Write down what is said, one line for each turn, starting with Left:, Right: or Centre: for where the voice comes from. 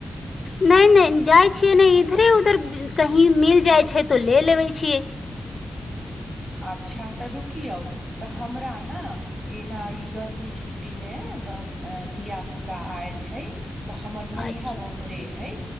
Left: नहि नहि जाइ छियै ने इधरे उधर कहीं मिल जाइ छै तो ले लेबे छियै
Right: अच्छा तऽ रुकियौ तऽ हमरा ने एना गर्मी छुट्टीमे धिया पूता आयल छै तऽ हमर नैहर
Left: अच्छा
Right: ओम्हरे है